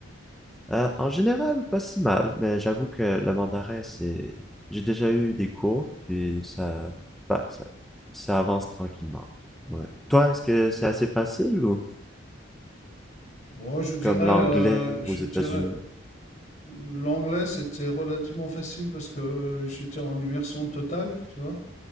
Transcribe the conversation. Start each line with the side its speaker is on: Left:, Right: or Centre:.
Centre: Euh, en général, pas si mal, mais j'avoue que le mandarin, c'est... J'ai déjà eu des cours, puis ça... Bah, ça, ça avance tranquillement. Ouais. Toi, est-ce que c'est assez facile ou
Left: Moi, je dirais,
Centre: comme l'anglais
Left: euh, je
Centre: aux États-Unis?
Left: dirais, l'anglais, c'était relativement facile parce que j'étais en immersion totale, tu vois.